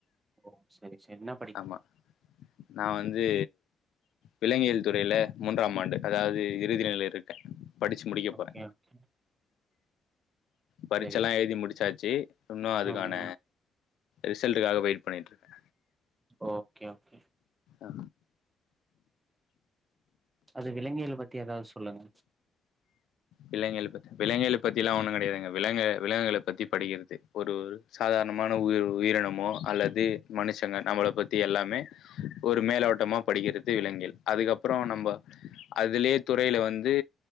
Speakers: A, on the right; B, on the left.
A: ஓ சரி சரி என்னா
B: ஆமா நா வந்து விலங்கியல் துறைல மூன்றாம் ஆண்டு அதாவது இறுதி நிலை இருக்கே படுச்சு முடிக்க போறே
A: ஓகே ஓகே
B: பரிச்சல்லா
A: சரி சரி
B: எழுதி முடுச்சாச்சு இன்னு அதுக்கான
A: ம் ம்
B: ரிசல்ட்டுக்காக வெயிட் பண்ணிட்டு இருக்கே
A: ஓகே ஓகே
B: ஆ
A: அது விலங்கியல் பத்தி ஏதாவது சொல்லுங்க
B: விலங்கியள பத்தி விலங்கியல பத்தில்லா ஒண்ணு கெடையாதுங்க விலங்கு விலங்குகள பத்தி படிக்கிறது ஒரு சாதாரணமான உயிர் உயிரினமோ அல்லது மனுஷங்க நம்மள பத்தி எல்லாமே ஒரு மேலோட்டமா படிக்கிறது விலங்கியல் அதுக்கப்பறோ நம்ப அதுலயே துறையில வந்து